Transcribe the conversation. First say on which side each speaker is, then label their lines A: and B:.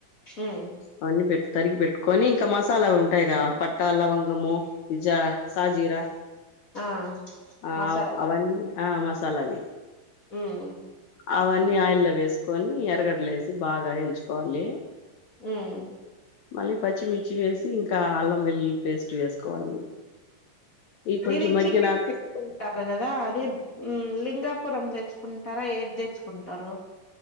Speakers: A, on the left; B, on the left.
A: ఉమ్
B: అవన్నీ పెట్ తరిగి పెట్టుకొని ఇంకా మసాలావి ఉంటాయి గా పట్టా లవంగము జ సాజీరా
A: ఆ
B: ఆ
A: మసాలా
B: అవన్నీ ఆ మసాలాది
A: ఉమ్
B: అవన్నీ ఆయిల్లో వేసుకొని ఎరగడలు వేసి బాగా ఎంచుకోవాలి
A: ఉమ్
B: మళ్ళీ పచ్చిమిర్చి వేసి ఇంకా అల్లం వెల్లుల్లి పేస్ట్ వేసుకోవాలి ఇవి కొంచెం
A: ఇది
B: మగ్గినాక
A: చికెన్ పెట్కుంటారు కదా అది లింగా పురం తెచ్చుకుంటారా ఏది తెచ్చుకుంటారు